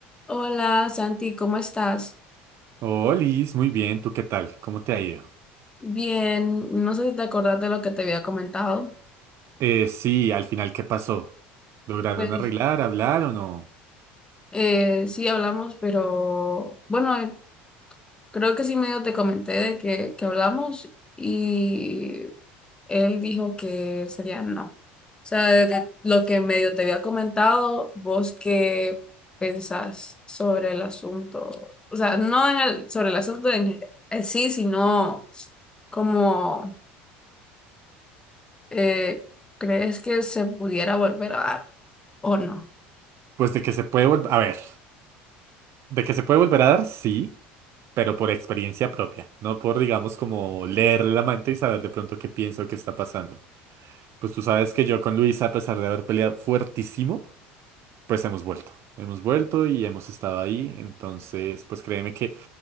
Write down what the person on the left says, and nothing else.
Hola Santi, ¿cómo estás?
Bien, no sé si te acordás de lo que te había comentado.
Pues
eh, sí hablamos, pero bueno, eh, creo que sí medio te comenté de que, que hablamos y él dijo que sería no. O sea, de lo que medio te había comentado, vos qué pensás sobre el asunto. O sea, no en el- sobre el asunto en eh, sí, sino como eh, ¿crees que se pudiera volver a dar o no?